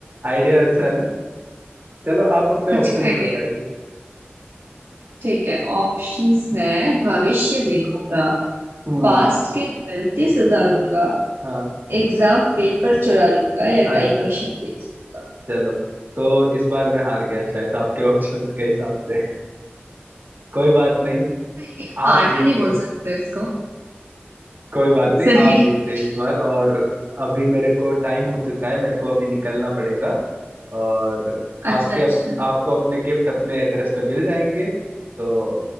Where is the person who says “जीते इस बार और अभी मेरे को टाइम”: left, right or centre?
Right